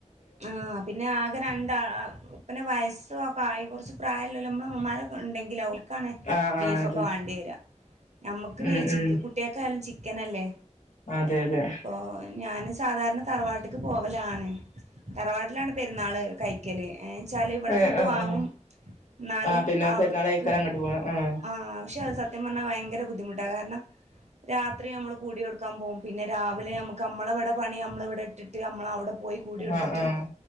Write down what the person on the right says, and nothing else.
ആഹ് പിന്നെ ആകെ രണ്ടാ പിന്നെ വയസ്സും ഒക്കെ ആയി കുറച്ച് പ്രായലോല് നമ്മളെ ഉമ്മമാരൊക്കെ ഉണ്ടെങ്കിൽ ഓൽക്. ൽ കാണ്
ബീഫ്
ഒക്കെ വാണ്ടി വരാ. ഞമ്മക്ക്
ചി
കുട്ടിയക്കായാലും ചിക്കനല്ലേ?
അപ്പൊ ഞാനും സാധാരണ തറവാട്ട്ക്ക് പോവലാണ്. തറവാട്ടിലാണ് പെരുന്നാള് കൈക്കല് വെച്ചാല് ഇവിടെ
ഫുഡ്
വാങ്ങും.
എന്നാലും
അവിടുക്ക്
ആശെ സത്യം പറഞ്ഞാ ഭയങ്കര ബുദ്ധിമുട്ടാ കാരണം. രാത്രി നമ്മള് കൂടി കൊടുക്കാൻ പോകും പിന്നെ രാവിലെ നമുക്ക് നമ്മളെ ഇവിടെ പണി നമ്മളിവിടെ ഇട്ടിട്ട് നമ്മള് അവിടെ പോയി. കൂടി യൊടുത്തിട്ട്